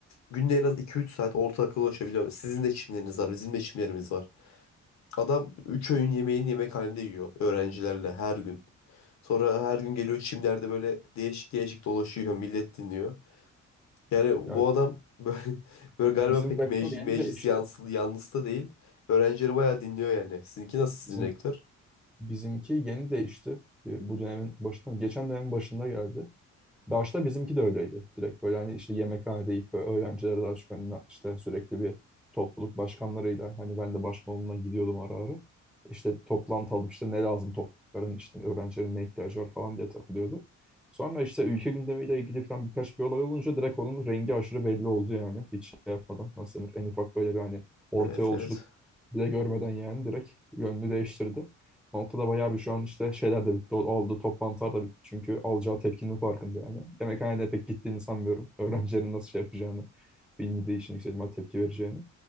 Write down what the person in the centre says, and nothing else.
Ya
bizim,
bizim
vektör
yeni
değişti.
Bizim
bizimki yeni değişti. E, Bu dönemin başında, geçen dönemin başında geldi. Başta bizimki de öyleydi. Direkt böyle hani işte yemekhanede deyip böyle öğrenciler arasında işte sürekli bir topluluk başkanlarıyla hani ben de başkanlığına gidiyordum ara ara. İşte toplantı alıp işte ne lazım toplulukların işte öğrencilerin ne ihtiyacı var falan diye takılıyordu. Sonra işte ülke gündemiyle ilgili falan birkaç bir olay olunca direkt onun rengi aşırı belli oldu yani. Hiç şey yapmadan nasıl denir en ufak böyle bir hani orta
yolculuk
bile görmeden yani direkt yönünü değiştirdi. O noktada bayağı bir şu an işte şeyler de bitti. Oldu toplantılar da bitti. Çünkü alacağı tepkinin farkında yani. Yemekhanede pek gittiğini sanmıyorum. <laughs> Öğrencilerin nasıl şey yapacağını bilmediği için yüksek ihtimal tepki vereceğini.